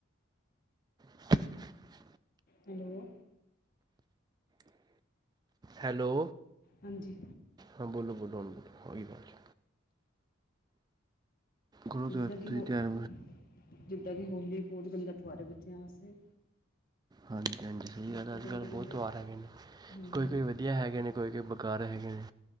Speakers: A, on the right; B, on the left.
A: <unintelligible>
B: ਹੈਲੋ।
A: ਹੈਲੋ।
B: ਹਾਂਜੀ।
A: ਹਾਂ, ਬੋਲੋ-ਬੋਲੋ ਹੁਣ, ਆ ਗਈ ਆਵਾਜ਼। ਕਰੋ
B: ਜਿੱਦਾਂ
A: ਤੁਸੀਂ
B: ਕਿ ਹੋ-ਜਿੱਦਾਂ
A: ਤਿਆਰ
B: ਕਿ ਹੋਲੀ, ਬਹੁਤ ਗੰਦਾ ਤਿੳਹਾਰ ਵੇ ਬੱਚਿਆ ਵਾਸਤੇ।
A: ਹਾਂਜੀ -ਹਾਂਜੀ, ਸਹੀ
B: ਬੱਚੇ
A: ਗੱਲ ਏ, ਅੱਜ-ਕੱਲ੍ਹ
B: ਗੰਦੇ ਗੰਦੇ
A: ਬਹੁਤ ਤਿਓਹਾਰ ਹੈਗੇ ਨੇ,
B: ਹਾਂਜੀ
A: ਕੋਈ-ਕੋਈ ਵਧੀਆ ਹੈਗੇ ਨੇ ਕੋਈ-ਕੋਈ, ਬਕਾਰ ਹੈਗੇ ਨੇ।